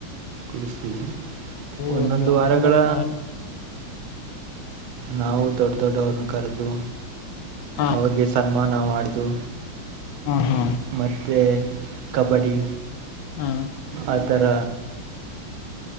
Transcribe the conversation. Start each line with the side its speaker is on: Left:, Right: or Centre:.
Right: ಕುರ್ಸ್ತಿವಿ
Left: ಓ
Right: ಒಂದೊಂದು
Left: ಒಂದು ವಾರದ
Right: ವಾರಗಳ
Left: ಕಾಲ
Right: ನಾವು ದೊಡ್ಡ ದೊಡ್ಡವರನ್ನು ಕರೆದು
Left: ಹಾ
Right: ಅವ್ರಿಗೆ ಸನ್ಮಾನ ಮಾಡೋದು
Left: ಹ ಹಾ
Right: ಮತ್ತು ಕಬಡ್ಡಿ
Left: ಹಾ
Right: ಆಥರ